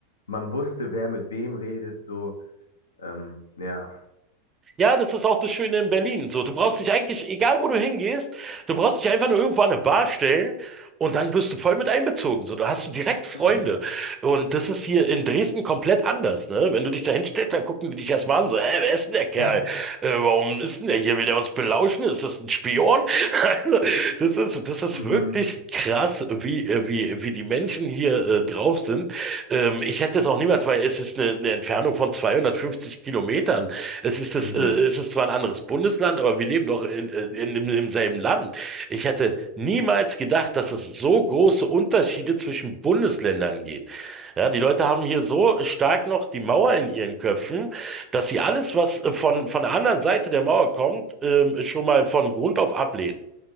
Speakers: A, on the left; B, on the right.
A: man wusste, wer mit wem redet, so. Ähm, ja.
B: Ja, das ist auch das Schöne in Berlin. So, du brauchst dich eigentlich, egal wo du hingehst, du brauchst dich einfach nur irgendwo an eine Bar stellen und dann wirst du voll mit einbezogen. So, da hast du direkt Freunde.
A: Mhm.
B: Und das ist hier in Dresden komplett anders, ne? Wenn du dich da hinstellst, dann gucken die dich erstmal an, so, hä, wer ist denn der Kerl?
A: <laughs>
B: Äh, warum ist denn der hier? Will der uns belauschen? Ist das ein Spion? <laughs> Also, das ist, das ist
A: Mhm.
B: wirklich krass, wie, äh, wie, wie die Menschen hier äh, drauf sind. Ähm, ich hätte es auch niemals, weil es ist eine, eine Entfernung von 250 Kilometern. Es ist das,
A: Mhm.
B: äh, es ist zwar ein anderes Bundesland, aber wir leben doch in, äh, in, im, im selben Land. Ich hätte niemals gedacht, dass es so große Unterschiede zwischen Bundesländern geht. Ja, die Leute haben hier so stark noch die Mauer in ihren Köpfen, dass sie alles, was äh, von, von der anderen Seite der Mauer kommt, ähm, schon mal von Grund auf ablehnen.